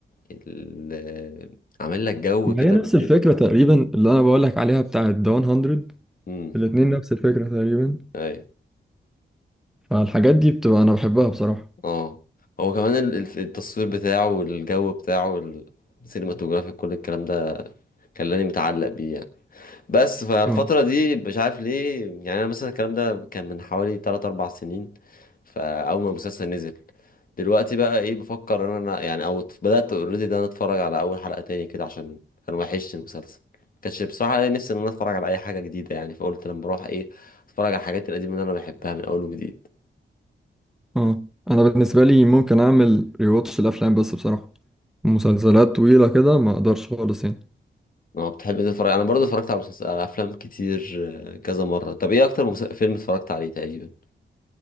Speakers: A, on the left (about 45°); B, in the centre.
A: ال- عامل لك جو
B: ما
A: كده
B: هي نفس
A: من
B: الفكرة تقريبا اللي أنا بقولك عليها بتاعة داون هندرد
A: امم
B: الاتنين نفس الفكرة تقريبا
A: ايوه
B: فالحاجات دي بتبقى أنا بحبها بصراحة
A: اه هو كمان ال- الف- التصوير بتاعه والجو بتاعه السينماتوجرافي كل الكلام ده خلاني متعلق بيه يعني بس فالفترة
B: آه.
A: دي مش عارف ليه يعني أنا مثلا الكلام ده كان من حوالي 3 4 سنين فأول ما المسلسل نزل دلوقتي بقى إيه بفكر إن أنا يعني أو بدأت أوريدي ده أنا أتفرج على أول حلقة تاني كده عشان كان وحشني المسلسل كانش بصراحة ليا نفسي إن أنا أتفرج على أي حاجة جديدة يعني فقلت لما أروح إيه أتفرج على الحاجات القديمة اللي أنا بحبها من أول وجديد
B: اه انا بالنسبه لي ممكن اعمل ريواتش الافلام بس بصراحه مسلسلات طويله كده ما اقدرش خالص يعني
A: أنا بتحب إيه تتفرج أنا برضه اتفرجت على مسلسل على أفلام كتير آه، كذا مرة طب إيه أكتر مسل... فيلم اتفرجت عليه تقريبا؟